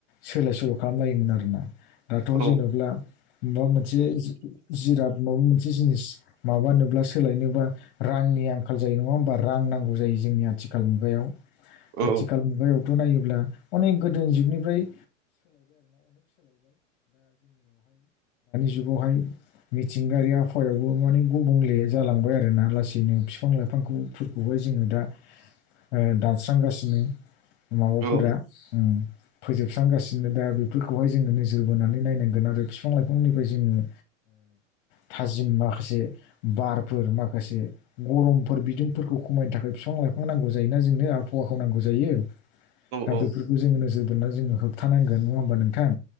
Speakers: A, on the left (about 50°); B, on the right (about 50°).
A: सोलाय सोल' खालामलायोमोन आरोना दाथ'
B: औ
A: जेनेबा माबा मोनसे जिराद माबा मोनसे जिनिस माबानोब्ला सोलायनोबा रांनि आंखाल जायो नङा होमबा रां नांगौ जायो जोंनि आथिखाल मुगायाव
B: औ
A: आथिखाल मुगायावथ' नायोब्ला अनेक गोदो जुगनि जुगावहाय मिथिंगायारि आबहायावबो माने गुबुंले जालांबाय आरोना लासैनो बिफां लाइफांफोरखौहाय जोङो दा ओ दानस्रांगासिनो माबाफोरा
B: औ
A: उम फोजोबस्रांगासिनो दा बेफोरखौहाय जोङो नोजोर बोनानै नायनांगोन आरो बिफां लाइफांनिफ्राय जोङो ओ थाजिम माखासे बारफोर माखासे गरमफोर बिदुंफोरखौ खमायनो थाखाय बिफां बिफां लाइफां नांगौ जायोना जोंनो आबहावाखौ नांगौ जायो। दा
B: औ
A: बेफोरखौ जोङो नोजोर बोनानै जोङो होबथानांगोन नङा होमबा नोंथां।